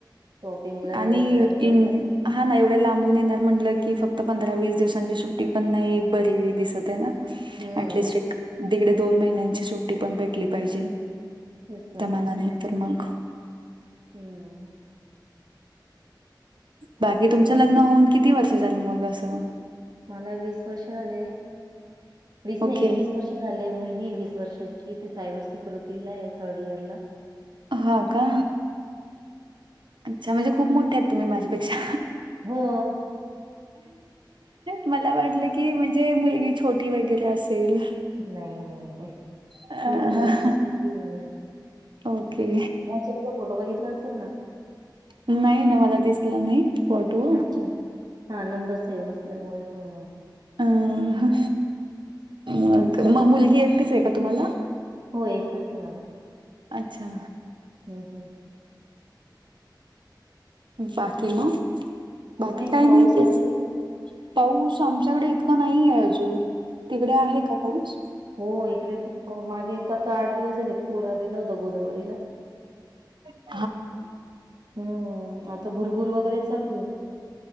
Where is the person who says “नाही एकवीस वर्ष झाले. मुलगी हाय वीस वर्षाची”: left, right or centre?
Right